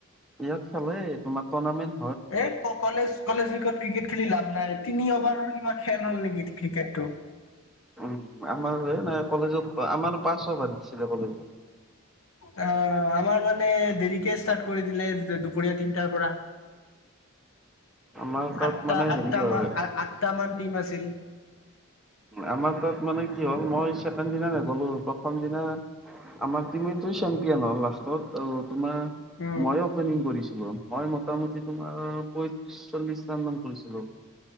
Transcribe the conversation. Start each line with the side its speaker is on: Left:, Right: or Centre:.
Centre: ইয়াত খেলে তোমাৰ টুৰ্ণামেন্ট
Left: এই ক কলেজ কলেজ বিত ক্ৰিকেট খেলি লাভ নাই তিনি অভাৰৰ কিমান খেল হ'ল নেকি ক্ৰিকেটটো
Centre: উম, আমাৰ এই নাই কলেজত আমাৰ পাঁচশ ভাদ দিছিলে কলেজত
Left: আহ আমাৰ মানে দেৰিকে ষ্টাৰ্ট কৰি দিলে দুপৰীয়া তিনটাৰ পৰা
Centre: আমাৰ তাত
Left: আঠটা
Centre: মানে হেৰি
Left: আঠটা
Centre: হয়
Left: ম আঠটামান টিম আছিল
Centre: আমাৰ তাত মানে কি হ'ল মই ছেকেণ্ড দিনা নেগ'লো প্ৰথম দিনা আমাৰ টিমটো চেম্পিয়ন হ'ল লাষ্টত আমাৰ
Left: উম
Centre: মই অপেনিংকৰিছিলো মোটামুটি তোমাৰ পয়ত্ৰিশ চল্লিশ ৰান নাম কৰিছিলো